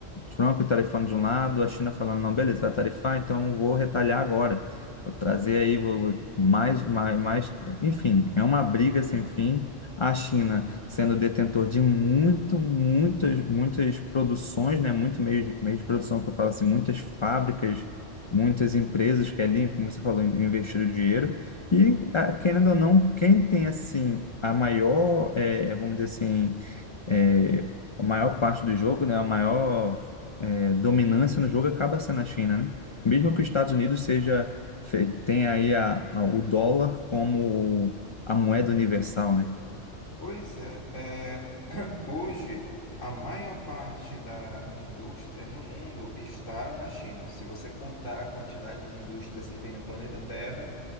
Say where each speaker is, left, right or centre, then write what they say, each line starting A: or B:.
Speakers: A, on the left (about 45°); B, on the left (about 80°).
A: Trump tarifando de um lado, a China falando, não, beleza, vai tarifar, então vou retalhar agora. Vou trazer aí vou, mais, mais, mais. Enfim, é uma briga sem fim. A China sendo detentor de muito, muitas, muitas produções, né? Muito meio, meio de produção, que eu falo assim, muitas fábricas, muitas empresas que ali, como você falou, in- investiram dinheiro. E, ah, querendo ou não, quem tem, assim, a maior, eh, vamos dizer assim, é, a maior parte do jogo, né, a maior é, dominância no jogo acaba sendo a China, né? Mesmo que os Estados Unidos seja fe- tenha aí a, a- o dólar como a moeda universal, né?
B: Pois é, é, hoje a maior parte da indústria no mundo está na China. Se você contar a quantidade de indústrias que tem no planeta Terra,